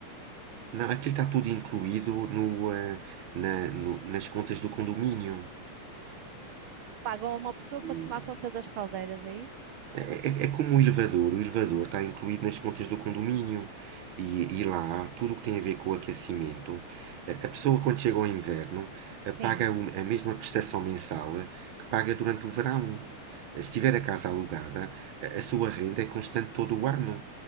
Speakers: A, on the right (about 80°); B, on the right (about 60°).
A: Não, aquilo está tudo incluído no, eh, na- no- nas contas do condomínio.
B: Pagam uma pessoa para
A: O-
B: tomar conta das caldeiras, é isso?
A: É, é- é como o elevador, o elevador está incluído nas contas do condomínio e, e lá tudo o que tem a ver com o aquecimento, a, a pessoa quando chega ao inverno eh,
B: Sim.
A: paga o- a mesma prestação mensal que paga durante o verão. Eh, Se tiver a casa alugada, a, a sua renda é constante todo o ano.